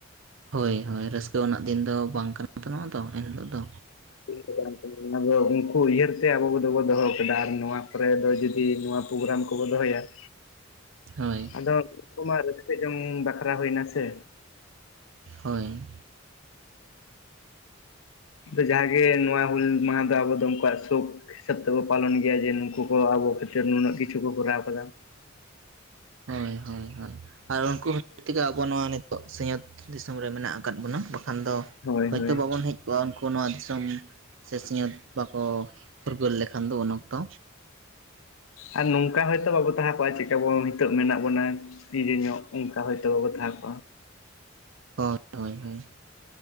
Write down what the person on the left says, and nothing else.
<unintelligible> ᱟᱫᱚ ᱩᱱᱠᱩ ᱩᱭᱦᱟᱹᱨ ᱛᱮ ᱟᱵᱚ ᱠᱚᱫᱚᱵᱚ ᱫᱚᱦᱚ ᱠᱟᱫᱟ ᱟᱨ ᱱᱚᱣᱟ ᱠᱚᱨᱮ ᱫᱚ ᱡᱩᱫᱤ ᱱᱚᱣᱟ ᱯᱨᱳᱜᱨᱟᱢ ᱠᱚᱵᱚ ᱫᱚᱦᱚᱭᱟ <unintelligible>
ᱟᱫᱚ ᱩᱱᱠᱩ ᱢᱟ ᱨᱟᱹᱥᱠᱟᱹ ᱡᱚᱝ ᱵᱟᱠᱷᱨᱟ ᱦᱩᱭᱱᱟ ᱥᱮ᱾
ᱟᱫᱚ ᱡᱟᱜᱮ ᱱᱚᱣᱟ ᱦᱩᱞ ᱢᱟᱦᱟ ᱫᱚ ᱟᱵᱚ ᱫᱚ ᱩᱱᱠᱩᱣᱟᱜ ᱥᱳᱠ ᱦᱤᱥᱟᱹᱵ ᱛᱮᱠᱚ ᱯᱟᱞᱚᱱ ᱜᱮᱭᱟ ᱡᱮ ᱱᱩᱠᱩ ᱠᱚ ᱟᱵᱚ ᱠᱷᱟᱹᱛᱤᱨ ᱱᱩᱱᱟᱹᱜ ᱠᱤᱪᱷᱩ ᱠᱚ ᱠᱚᱨᱟᱣ ᱠᱟᱫᱟ ᱾
ᱦᱳᱭ
ᱦᱳᱭ
ᱟᱨ ᱱᱚᱝᱠᱟ ᱦᱚᱳᱭᱛᱳ ᱵᱟᱵᱚ ᱛᱟᱦᱮᱸ ᱠᱚᱜᱼᱟ, ᱪᱮᱫᱞᱮᱠᱟᱵᱚᱱ ᱱᱤᱛᱳᱜ ᱢᱮᱱᱟᱜ ᱵᱚᱱᱟ ᱤᱡᱮ ᱧᱚᱜ, ᱚᱱᱠᱟ ᱦᱭᱛᱚ ᱵᱟᱵᱚ ᱛᱟᱦᱮᱱ ᱠᱚᱜᱼᱟ᱾